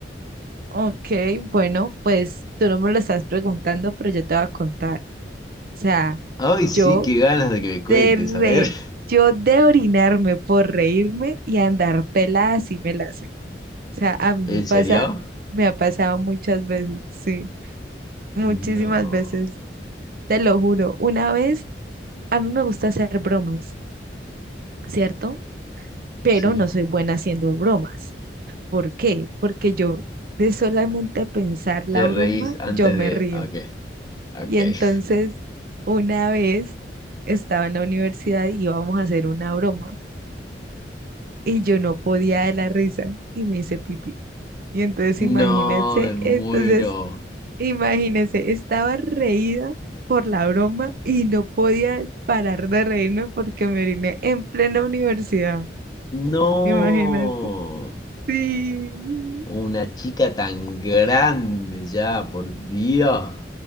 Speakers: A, on the right; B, on the left.
A: Ok, bueno, pues tú no me lo estás preguntando, pero yo te voy a contar. O sea,
B: Ay,
A: yo
B: sí, qué ganas de que me cuentes,
A: de re,
B: a ver. <laughs>
A: yo de orinarme por reírme y andar pelada así me la sé. O sea, a mí
B: ¿En
A: me pasa,
B: serio?
A: me ha pasado muchas veces, sí, muchísimas
B: No,
A: veces, te lo juro. Una vez, a mí me gusta hacer bromas, ¿cierto? Pero
B: sí.
A: no soy buena haciendo bromas. ¿Por qué? Porque yo de solamente pensar la
B: Te
A: broma,
B: reís antes
A: yo me
B: de...
A: río.
B: Ok, ok.
A: Y entonces,
B: <laughs>
A: una vez estaba en la universidad y íbamos a hacer una broma y yo no podía de la risa y me hice pipí. Y entonces, imagínense,
B: No, me muero.
A: entonces, imagínense, estaba reída por la broma y no podía parar de reírme porque me oriné en plena universidad.
B: No.
A: Imagínate. Sí.
B: Una chica tan grande ya, por Dios.